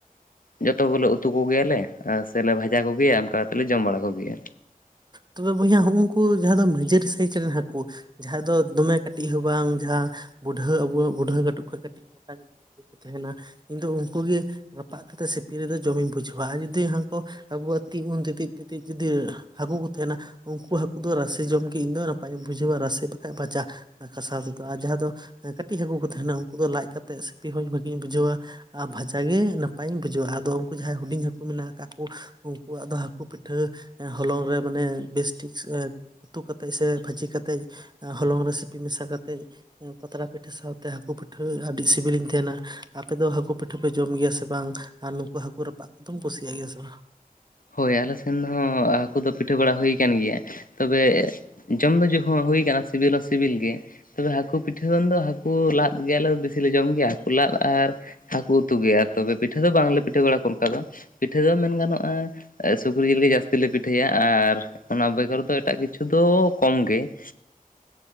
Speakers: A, on the left; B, on the right.
A: ᱡᱚᱛᱚ ᱜᱮᱞᱮ ᱩᱛᱩ ᱠᱚ ᱜᱮᱭᱟ ᱞᱮ ᱥᱮᱞᱮ ᱵᱷᱟᱡᱟ ᱠᱚ ᱜᱮᱭᱟ ᱚᱱᱠᱟ ᱠᱟᱛᱮ ᱞᱮ ᱡᱚᱢ ᱵᱟᱲᱟ ᱠᱚ ᱜᱮᱭᱟ᱾
B: ᱛᱚᱵᱮ ᱵᱚᱭᱦᱟ ᱦᱚᱸᱜ ᱩᱱᱠᱩ ᱡᱟᱦᱟᱸ ᱫᱚ ᱱᱤᱡᱟᱹᱨᱤ ᱥᱟᱭᱤᱡ ᱨᱮᱱ ᱦᱟᱹᱠᱩ ᱡᱟᱦᱟᱸᱭ ᱫᱚ ᱫᱚᱢᱮ ᱠᱟᱹᱴᱤᱡ ᱦᱚᱸ ᱵᱟᱝ ᱡᱟᱦᱟᱸ ᱵᱩᱰᱷᱟᱹ ᱟᱵᱚ ᱵᱩᱰᱷᱟᱹ ᱠᱟᱹᱴᱩᱵ ᱠᱷᱚᱱ ᱠᱟᱹᱴᱤᱡ ᱢᱚᱴᱟ ᱧᱪᱚ ᱛᱮᱦᱮᱱᱟ ᱤᱧ ᱫᱚ ᱩᱱᱠᱩᱩ ᱜᱤ ᱨᱟᱯᱟᱜ ᱠᱟᱛᱮᱫ ᱥᱤᱯᱤ ᱨᱮᱫᱚ ᱡᱚᱢᱤᱧ ᱵᱩᱡᱷᱟᱹᱣᱟ ᱟᱨ ᱡᱩᱫᱤ ᱦᱟᱱᱠᱩ ᱟᱵᱩᱣᱟᱜ ᱛᱤᱜ ᱩᱱ ᱛᱤᱛᱤᱡ ᱛᱤᱛᱤᱡ ᱡᱩᱫᱤ ᱦᱟᱠᱩ ᱠᱚ ᱾ ᱛᱟᱦᱮᱱᱟ ᱩᱱᱠᱩ ᱦᱟᱹᱠᱩ ᱫᱚ ᱨᱟᱥᱮ ᱡᱚᱢ ᱜᱮ ᱤᱧ ᱫᱚ ᱱᱟᱯᱟᱭᱤᱧ ᱵᱩᱡᱷᱟᱹᱣᱟ ᱨᱟᱥᱮ ᱵᱟᱠᱷᱷᱟᱡ ᱵᱷᱟᱡᱟ ᱾ ᱠᱟᱥᱟᱣ ᱛᱮᱫᱚ ᱟᱨ ᱡᱟᱦᱟᱸ ᱫᱚ ᱠᱟᱹᱴᱤᱡ ᱦᱟᱹᱠᱩ ᱠᱚ ᱛᱟᱦᱮᱱᱟ ᱩᱱᱠᱩ ᱫᱚ ᱞᱟᱡ ᱠᱟᱛᱮᱜ ᱥᱤᱯᱤ ᱦᱚᱸᱧ ᱵᱷᱟᱹᱜᱤᱧ ᱵᱩᱡᱷᱟᱹᱣ ᱾ ᱟ ᱵᱷᱟᱡᱟ ᱜᱮ ᱱᱟᱯᱟᱭᱤᱧ ᱵᱩᱡᱷᱟᱹᱣᱟ ᱟᱫᱚ ᱩᱱᱠᱩ ᱡᱟᱦᱟᱸᱭ ᱦᱩᱰᱤᱧ ᱦᱟᱹᱠᱩ ᱢᱮᱱᱟᱜ ᱟᱠᱟᱫ ᱠᱚ ᱾ ᱩᱱᱠᱩᱣᱟᱜ ᱫᱚ ᱦᱟᱹᱠᱩ ᱯᱤᱴᱷᱟᱹ ᱮ ᱦᱚᱞᱚᱝ ᱨᱮ ᱢᱟᱱᱮ ᱵᱮᱥ ᱴᱷᱤᱠ ᱾ ᱩᱛᱩ ᱠᱟᱛᱮᱫ ᱥᱮ ᱵᱷᱟᱹᱡᱤ ᱠᱟᱛᱮᱫ ᱦᱚᱞᱚᱝ ᱨᱮ ᱥᱤᱯᱤ ᱢᱮᱥᱟ ᱠᱟᱛᱮᱫ ᱾ ᱯᱟᱛᱲᱟ ᱯᱤᱴᱷᱟᱹ ᱥᱟᱶᱛᱮ ᱦᱟᱹᱠᱩ ᱯᱤᱴᱷᱟᱹ ᱟᱹᱰᱤ ᱥᱤᱵᱤᱞᱤᱧ ᱛᱟᱦᱮᱱᱟ ᱟᱯᱮ ᱫᱚ ᱦᱟᱹᱠᱩ ᱯᱤᱴᱷᱟᱹ ᱯᱮ ᱡᱚᱢ ᱜᱮᱭᱟ ᱥᱮ ᱵᱟᱝ? ᱟᱨ ᱱᱩᱠᱩ ᱦᱟᱹᱠᱩ ᱨᱟᱯᱟᱜ ᱠᱚᱫᱚᱢ ᱠᱩᱥᱤᱭᱟᱜ ᱜᱮᱭᱟ ᱥᱮ ᱵᱟᱝ?
A: ᱦᱳᱭ ᱟᱞᱮ ᱥᱮᱱ ᱦᱚᱸ ᱦᱟᱹᱠᱩ ᱫᱚ ᱯᱤᱴᱷᱟᱹ ᱵᱮᱲᱟ ᱦᱩᱭ ᱠᱟᱱ ᱜᱮᱭᱟ ᱾ ᱛᱚᱵᱮ ᱡᱚᱢ ᱫᱚ ᱡᱚᱦᱩ ᱦᱩᱭ ᱠᱟᱱᱟ ᱥᱤᱵᱤᱞ ᱦᱚᱸ ᱥᱤᱵᱤᱞ ᱜᱮ ᱾ ᱛᱚᱵᱮ ᱦᱟᱹᱠᱩ ᱯᱤᱴᱷᱟᱹ ᱠᱷᱚᱱ ᱫᱚ ᱦᱟᱹᱠᱩ ᱞᱟᱫ ᱜᱮᱭᱟᱞᱮ ᱵᱤᱥᱤᱞᱮ ᱡᱚᱢ ᱜᱮᱭᱟ ᱦᱟᱹᱠᱩ ᱞᱟᱫ ᱾ᱟᱨ ᱦᱟᱹᱠᱩ ᱩᱛᱩ ᱜᱮ ᱛᱚᱵᱮ ᱯᱤᱴᱷᱟᱹ ᱫᱚ ᱵᱟᱝᱞᱮ ᱯᱤᱴᱷᱟᱹ ᱵᱟᱲᱟ ᱠᱚ ᱚᱱᱠᱟ ᱫᱚ ᱯᱤᱴᱷᱟᱹ ᱫᱚ ᱢᱮᱱ ᱜᱟᱱᱚᱜᱼᱟ᱾ ᱥᱩᱠᱨᱤ ᱡᱤᱞ ᱜᱮ ᱡᱟᱹᱥᱛᱤ ᱞᱮ ᱯᱤᱴᱷᱟᱹᱭᱟ ᱟᱨ ᱚᱱᱟ ᱵᱮᱜᱚᱨ ᱫᱚ ᱮᱴᱟᱜ ᱠᱤᱪᱷᱩ ᱫᱚ ᱠᱚᱢ ᱜᱮ ᱾